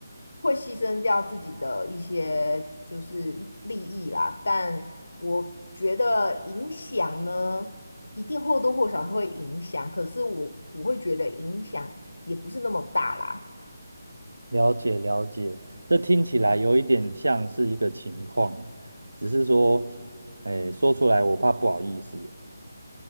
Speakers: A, on the left; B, on the right.
A: 会牺牲掉自己的一些就是利益啦，但我觉得影响呢。一定或多或少会影响，可是我我会觉得影响也不是那么大啦。
B: 了解了解，这听起来有一点像是一个情况，只是说，哎，说出来我怕不好意思。